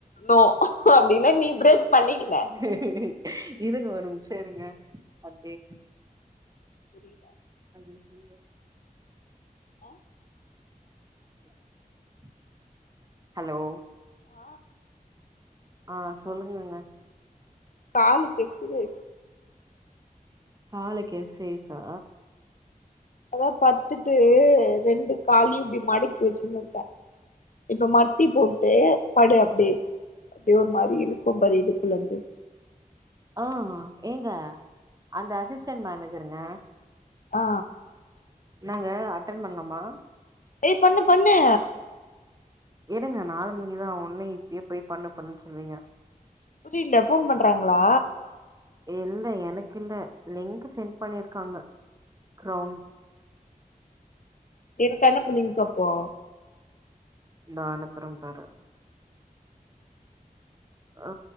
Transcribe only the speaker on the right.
ஹ் ஹ் இருங்க ஒர்நிம்சோ இருங்க அப்டே
ஹலோ சொல்லுங்க
<unintelligible> ஹலோ
ஆ சொல்லுங்கங்க
காலைக்கு எக்ஸைஸா
ஆ ஏங்க அந்த அசிஸ்டன்ட் மேனஜருங்க
என்னங்க அட்டன் பண்லாமா
எடுங்க நாலு மணிக்குதா ஒடன்னே இப்பயே போய் பண்ணு பண்ணுன்னு சொல்லுவீங்க
இல்ல எனக்கு இல்ல லிங்க் சென்ட் பண்ணிருக்காங்க கிரௌன்
தோ அனுப்புற பாரு ஆ